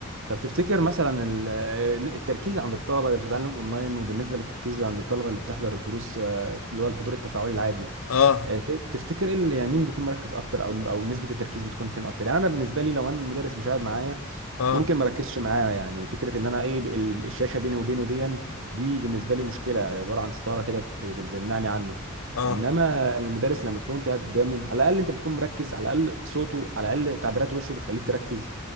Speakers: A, on the right; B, on the left.
A: طب تفتكر مثلا ال- آه، التركيز عند الطلبة اللي بتتعلم اونلاين وبالنسبة للتركيز عند الطلبة اللي بتحضر الدروس آه، اللي هو الحضور التفاعلي العادي
B: اه
A: آه، ت- تفتكر ايه اللي يعني مين بيكون مركز اكتر او او نسبة التركيز بتكون فين اكتر يعني انا بالنسبة لي لو انا المدرس مش قاعد معايا
B: اه
A: ممكن ما اركزش معاه يعني فكرة ان انا ايه ب- ال- الشاشة بيني وبينه دي دي بالنسبة لي مشكلة عبارة عن ستارة كده بت- بتمنعني عنه
B: اه
A: انما المدرس لما تكون انت قاعد قدامه على الاقل انت بتكون مركز على الاقل صوته على الاقل تعبيرات وشه بتخليك تركز